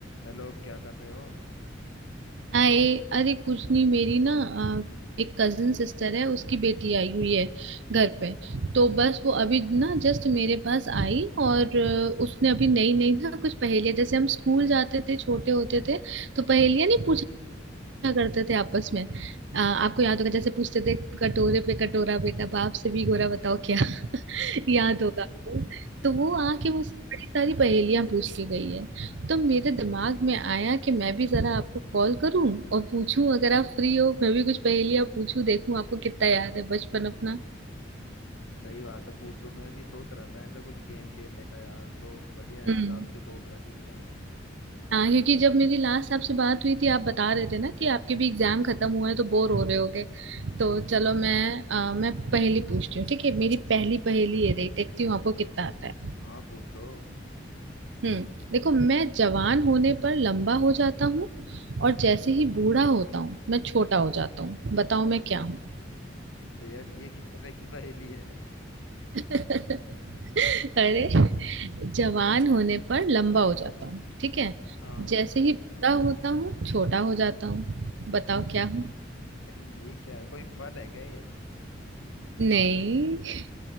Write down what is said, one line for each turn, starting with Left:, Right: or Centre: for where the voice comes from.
Left: Hello क्या कर रहे हो
Right: आए अरे कुछ नहीं मेरी ना अ, एक कजन सिस्टर है उसकी बेटी आई हुई है घर पे तो बस वो अभी ना जस्ट मेरे पास आई और अ, उसने अभी नई नई ना कुछ पहेलियां जैसे हम स्कूल जाते थे छोटे होते थे तो पहेलियां नहीं पूछा करते थे आपस में अ, आपको याद होगा जैसे पूछते थे कटोरे पे कटोरा बेटा बाप से भी गोरा बताओ क्या
Left: <laughs>
Right: याद होगा आपको तो वो
Left: हाँ
Right: आके मुझसे बड़ी सारी पहेलियां पूछ के गई है तो मेरे दिमाग में आया कि मैं भी जरा आपको कॉल करूं और पूछूं अगर आप फ्री हो मैं भी कुछ पहेलियां पूछूं देखूं आपको कितना याद है बचपन अपना
Left: सही बात है पूछो मैं भी सोच रहा था ऐसा कुछ गेम खेलने का यार तो बढ़िया है
Right: हम्म
Left: आज आपसे कॉल कर ही लिया मैंने
Right: हाँ क्योंकि जब मेरी लास्ट आपसे बात हुई थी आप बता रहे थे ना कि आपके भी एग्जाम खत्म हुआ है तो बोर हो रहे होगे तो चलो मैं अ, मैं पहेली पूछती हूँ ठीक है मेरी पहली पहेली ये रही देखती हूँ आपको कितना आता है
Left: हाँ पूछो
Right: हम्म देखो मैं जवान होने पर लंबा हो जाता हूँ और जैसे ही बूढ़ा होता हूँ मैं छोटा हो जाता हूँ बताओ मैं क्या हूँ
Left: तो यार ये किस तरह की पहेली है
Right: <laughs> अरे जवान होने पर लंबा हो जाता हूँ ठीक है
Left: हाँ
Right: जैसे ही बूढ़ा होता हूँ छोटा हो जाता हूँ बताओ क्या हूँ
Left: यार ये क्या है कोई फल है क्या ये
Right: नहीं